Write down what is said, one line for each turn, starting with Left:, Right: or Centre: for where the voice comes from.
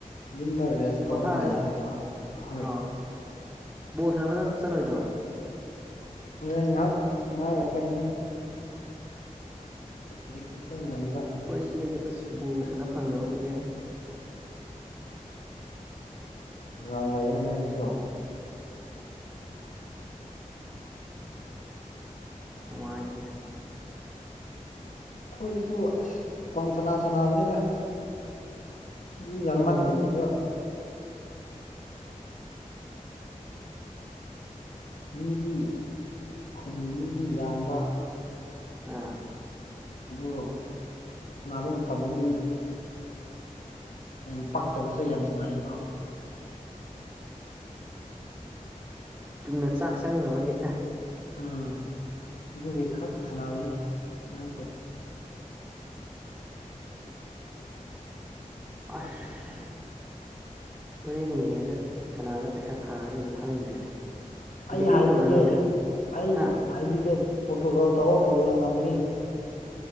Left: ꯌꯨꯝꯗ ꯔꯦꯁ ꯇꯧꯔꯒ
Right: ꯄꯣꯊꯥꯔꯒ
Left: ꯂꯩ ꯍꯥꯏꯕ ꯍꯣꯏ
Right: ꯑꯣ ꯕꯣꯜ ꯁꯅꯕ ꯅ ꯆꯠꯂꯣꯏꯗꯣ
Left: ꯍꯣꯔꯦꯟ ꯉꯥꯏꯍꯥꯛ ꯉꯥꯡꯒ ꯆꯠꯀꯅꯤ ꯍꯧꯖꯤꯛꯇ ꯑꯗꯨꯝ ꯉꯟꯕ
Right: ꯑꯩꯈꯣꯏ ꯁꯤꯗꯗꯤ ꯑꯁ ꯕꯣꯜꯒ ꯁꯥꯟꯅ ꯐꯪꯗꯕ ꯀꯨꯏꯔꯦ
Left: ꯔꯥꯡ ꯂꯩꯅ ꯅꯣꯏꯒꯤꯁꯨ
Right: ꯅꯨꯉꯥꯏꯇꯦ
Left: ꯑꯩꯈꯣꯏꯗꯁꯨ ꯑꯁ ꯄꯪ ꯁꯅꯥ ꯁꯕꯅꯤꯗ ꯃꯤ ꯌꯥꯝꯝꯕꯥꯟꯗꯗ
Right: ꯎꯝ
Left: ꯃꯤꯗꯤ ꯈꯨꯟꯒꯤ ꯃꯤꯗꯤ ꯌꯥꯝꯕ
Right: ꯑ
Left: ꯑꯗꯨ ꯅꯥꯕ ꯃꯇꯝꯗꯤ ꯌꯥꯝ ꯄꯛꯇꯕꯁꯨ ꯌꯥꯝ ꯁꯥꯏꯌꯦꯕ
Right: ꯇꯨꯝꯅ ꯆꯥꯛ ꯆꯪꯅꯕꯒꯤ
Left: ꯎꯝ ꯑꯗꯨꯒꯤ ꯈꯔ ꯁꯥꯟꯅꯕꯅꯦ ꯍꯟꯗꯛꯇꯤ
Right: ꯑꯁ ꯍꯣꯔꯦꯟꯒꯤꯃꯦꯁ ꯀꯅꯥꯗ ꯄꯩꯁꯥ ꯊꯥꯗꯣꯏꯅꯣ ꯈꯪꯗ꯭ꯔꯦꯅꯦ
Left: ꯑꯩ
Right: ꯕꯦꯠꯇꯤꯡ
Left: ꯍꯥꯏꯕꯤꯒꯦ
Right: ꯇꯧꯗ꯭ꯔꯣ ꯅꯪꯗꯤ
Left: ꯑꯩ
Right: ꯍꯥ
Left: ꯍꯥꯏꯕꯤꯒꯦ ꯄ꯭ꯔꯣꯇꯨꯒꯣꯜ ꯇꯧꯔ ꯄꯨꯖ ꯉꯝꯅꯤ